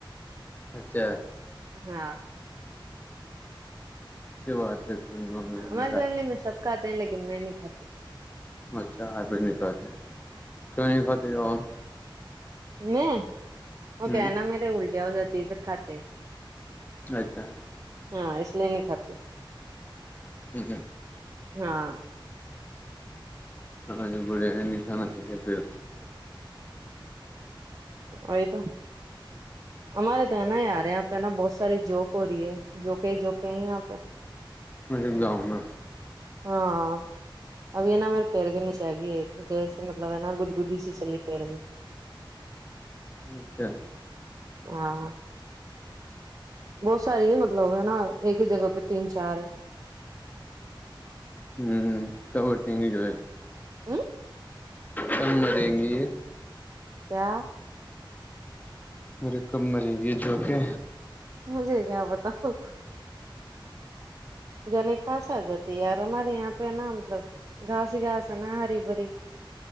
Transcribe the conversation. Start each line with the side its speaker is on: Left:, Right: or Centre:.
Left: اچھا
Right: ہاں
Left: اچ بات ہے تم نان ویج
Right: ہماری
Left: نہیں کھاتے
Right: فیملی میں سب کھاتے ہیں لیکن میں نہیں کھاتی
Left: اچھا آپ نکتی ک نہیں ختے ج ہم
Right: میں
Left: آپ
Right: وہ کیا نا میرے الٹیا ہو جاتی ہے پھر کھاتے
Left: اچھا
Right: ہاں اس لیے نہیں کاتتی
Left: جی
Right: ہاں
Left: ہ بڑے نہیں تھاان چاہے پھر
Right: ا تو ہمارے تو ہے نا یارے یہاں پہ ہے نا بہت ساری جوک ہو رہی ہے جوک جوکے یہاں پہ
Left: ملندا ہنا
Right: ہاں اب ہے ن میرے پیر کے نیے آ گئی ایک جیسسی مطلب ہے نا گدگدی سی چللی پیر میں
Left: اچھا
Right: ہاں بہت ساری ہی مطلب ہے نا ایک ہی جگہ پہ تین چار
Left: ہوں کب ہٹیں گی جو ہے
Right: ہ
Left: کب مریں گی یہ
Right: کیا
Left: میرے ک مر کی جو کہ
Right: مجھے کیا بتاؤ جنے خاصاادتی یار ہماری یہاں پہ نہا مطلب گاسی ہی گاس ہے نا ہری بری